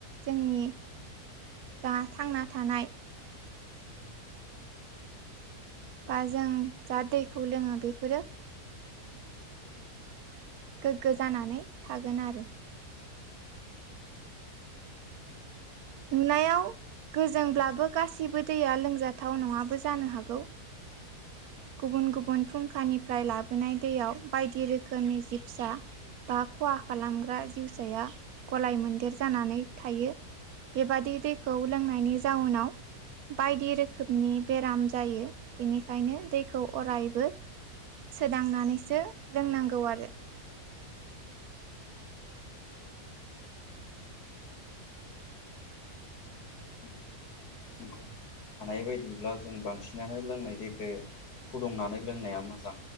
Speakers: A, on the right; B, on the left.
A: जोंनि जा थांना थानाय
B: लांदां
A: बा जों जा दैखौ लोङो बेफोरो गोग्गो जानानै थागोन आरो नुनायाव गोजोंब्लाबो गासिबो दैया लोंजाथाव नङाबो जानो हागौ गुबुन गुबुन फुंखानिफ्राय लाबोनाय दैयाव बायदि रोखोमनि जिबसा बा खहा खालामग्रा जिउसाया गलाय मोनदेर जानानै थायो बेबादि दैखौ लोंनायनि जाउनाव बायदि रोखोमनि बेराम जायो बेनिखायनो दैखौ अरायबो सोदांनानैसो लोंनांगौ आरो
B: औ नंगौ हानाय बायदिब्ला जों बांसिनानो लोंनाय दैखौ फुदुंनानै लोंनाया मोजां